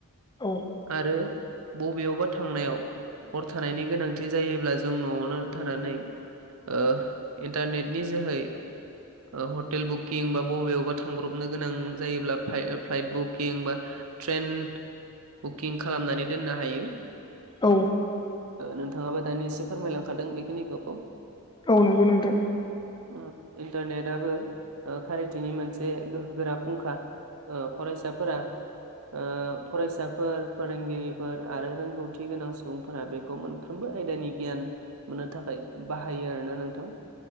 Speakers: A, on the left; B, on the right.
A: औ
B: आरो बबेयावबा थांनायाव हर थानायनि गोनांथि जायोब्ला जों न'आवनो थानानै ओ इन्टारनेटनि जोहै ओ हटेल बुकिं बा बबेयावबा थांब्रबनो गोनां जायोब्ला फाइ ओ फ्लाइट बुकिं बा ट्रेन बुकिं खालामनानै दोननो हायो।
A: औ।
B: ओ नोंथाङाबो दानि एसे फोरमायलांखादों बेखिनिखौ।
A: औ नंगौ नोंथां
B: ओ इन्टारनेटआबो ओ खारिथिनि मोनसे गोहो गोरा फुंखा। ओ फरायसाफोरा ओ फरायसाफोर फोरोंगिरिफोर आरो रोंगौथि गोनां सुबुंफोरा बेखौ मोनफ्रोमबो आयदानि गियान मोननो थाखाय बाहायो आरोना नोंथां।